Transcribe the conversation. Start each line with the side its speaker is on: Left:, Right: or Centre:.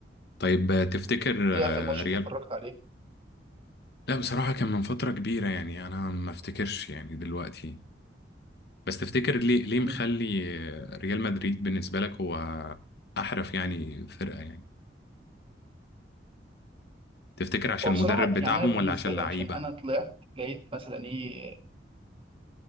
Left: طيب تفتكر
Right: ايه
Left: آه،
Right: اخر ماتش
Left: ريال
Right: انت اتفرجت عليه
Left: لا بصراحة كان من فترة كبيرة يعني أنا ما أفتكرش يعني دلوقتي بس تفتكر ليه ليه
Right: مم.
Left: مخلي آه، ريال مدريد بالنسبة لك هو أحرف يعني فرقة يعني تفتكر عشان
Right: هو بصراحه
Left: المدرب بتاعهم
Right: يعني انا بالنسبه
Left: ولا عشان اللعيبة
Right: لي عشان انا طلعت لقيت مثلا ايه